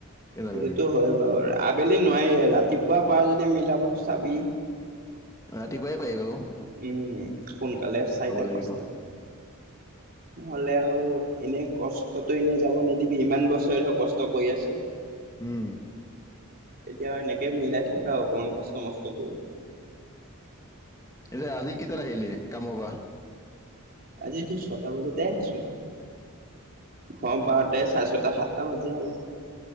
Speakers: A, on the left; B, on the right.
A: কেনেকে
B: সেইটোতো
A: পাৰিবি
B: হয় বাউ আবেলি নোৱাই ৰাতিপুৱা পাৰ যদি মিলাব চাবি
A: ৰাতিপুৱাই পাৰি বাউ
B: উম সোনকালে চাইটা
A: লাগিব
B: পাঁচটা নহলে আউ এনেই কষ্টটো এনে যাব নি দিবি ইমান বছৰে ধৰক কষ্ট কৰি আছ
A: উম
B: এতিয়াও এনেকে মিলাই থাক আউ অকমান কষ্ট মষ্ট কৰি
A: এতিয়া আজি কেইটাত আহিলি কামৰ পা
B: আজিটো ছটা বজাতে আহিছো ফৰ্ম পাওতে‌ চাই ছয়টা সাতটা বাজে আউ